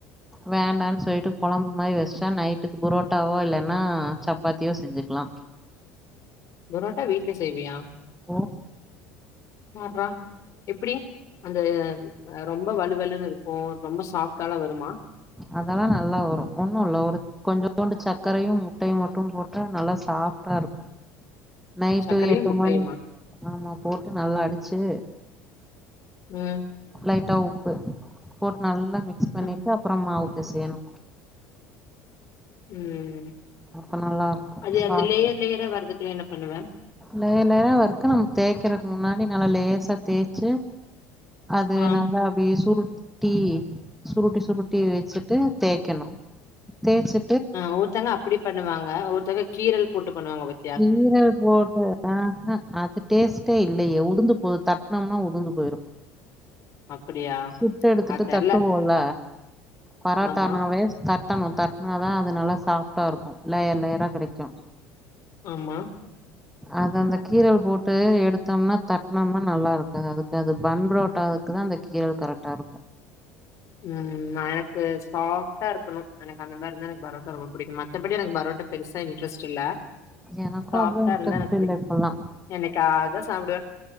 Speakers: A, in the centre; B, on the left (about 50°).
A: வேண்டான் சொல்லிட்டு கொழம்பு மாரி வச்ட்டா நைட்டுக்கு புரோட்டாவோ இல்லன்னா சப்பாத்தியோ செஞ்சுக்லா
B: பொரோட்டா வீட்லே செய்வியா
A: ஓ
B: பார்றா எப்டி அந்த ரொம்ப வலுவலுனு இருக்கு ரொம்ப ஸாஃப்டாலா வருமா
A: அதெல்லா நல்லா வரு ஒண்ணுல்ல ஒரு கொஞ்சோண்டு சக்கரையு முட்டயு மட்டு போட்டா நல்லா ஸாஃப்ட்டாருக்கு நைட்டு
B: சக்கரையு
A: எட்டு
B: முட்டையுமா
A: மணி ஆமா போட்டு நல்லா அடிச்சு
B: ம்
A: லைட்டா உப்பு போட்டு நல்லா மிக்ஸ் பண்ணிட்டு
B: ம்
A: அப்பறோ மாவு பெசயனு
B: ம்
A: அப்ப நல்லா இருக்கு
B: அது
A: சாப்ட
B: அந்த லேயர் லேயரா வர்றதுக்குலா என்ன பண்ணுவ
A: லேயர் லேயரா வருக்கு நம்ம தேக்கறக்கு முன்னாடி நல்லா லேசா தேச்சு அது
B: ஆ
A: நல்லா அப்டி சுரு ட்டி சுருட்டி சுருட்டி வச்சுட்டு தேக்கனு தேச்சு
B: ஆ ஒவ்வொர்த்தங்க அப்டி பண்ணுவாங்க ஒவ்வொர்த்தங்க கீரல் போட்டு பண்ணுவாங்க பா
A: கீரல் போட்டு அ ஹா அது டேஸ்டே இல்லயே உதுந்து போ தட்னம்னா உதுந்து போய்ரு
B: அப்டியா
A: சுட்டு எடுத்துட்டு
B: அது தெர்ல
A: தட்டுவோல பரோட்டானாவே
B: ஆமா
A: தட்டணு தட்னாதான் அது நல்லா சாஃப்டா இருக்கு லேயர் லேயரா கெடைக்கு
B: ஆமா
A: அது அந்த கீரல் போட்டு எடுத்தோம்னா தட்னம்னா நல்லா இருக்காது அதுக்கு அது பன்பரோட்டா க்கு தான் அந்த கீரல் கரெக்டா இருக்கு
B: ம் எனக்கு சாஃப்டா இருக்கணு எனக்கு அந்த மாரி எனக்கு பரோட்டா ரொம்ப புடிக்கு மத்தபடி எனக்கு பரோட்டா பெருசா இன்ட்ரெஸ்ட் இல்ல
A: எனக்கு
B: சாஃப்டா
A: அவ்ளோ இன்ட்ரெஸ்ட்
B: இருந்தா எனக்கு பிடிக்கு
A: இல்ல இப்பல்லா
B: என்னேக்காவுது தா சாப்டுவே